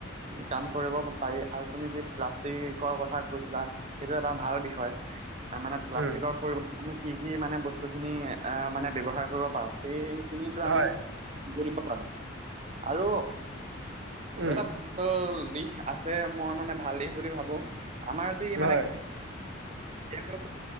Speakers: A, on the right (about 35°); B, on the right (about 80°).
A: কাম কৰিব পাৰি আৰু তুমি যি প্লাষ্টিকৰ কথা কৈছিলা সেইটো এটা ভাল বিষয়, মানে প্লাষ্টিকৰ
B: উম
A: পৰিৱৰ্তে নো কি কি মানে বস্তু খিনি আহ মানে ব্যৱহাৰ কৰিব পাৰো সেই খিনিতো আমি
B: হয়
A: কৰিব পাৰোঁ আৰু মোৰ
B: উম
A: এটা ভাল দিশ আছে মই মানে ভাল দিশ বুলি ভাবো, আমাৰ যি মানে
B: হয়
A: তেওঁলোক